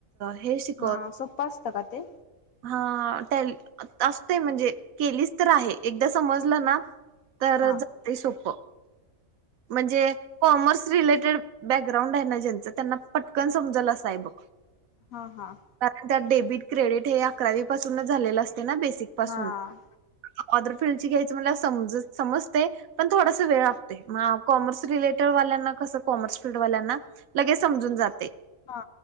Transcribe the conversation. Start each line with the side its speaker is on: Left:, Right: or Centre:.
Right: हे शिकव
Left: हा सोपं असतं का ते?
Right: हा टॅली असतय म्हणजे केलीच तर आहे एकदा समजलं ना तर
Left: हां
Right: जातय सोप म्हणजे कॉमर्स रिलेटेड बॅग <unintelligible> आहे ना ज्यांचं त्यांना पटकन समजल अस आहे बघ
Left: हां हां
Right: कारण त्यात बीट क्रेडीट हे अकरावी पासूनच झालेलं असते. ते ना बेसिक पासून
Left: हां
Right: ऑदरफिल्ड ची घ्यायचं मला समज समजते पण थोडासा वेळ लागतोय. मग कॉमर्स रिलेटेड वाल्यांना कसं कॉमर्स फील्ड वाल्यांना लगेच समजून जातय.
Left: हा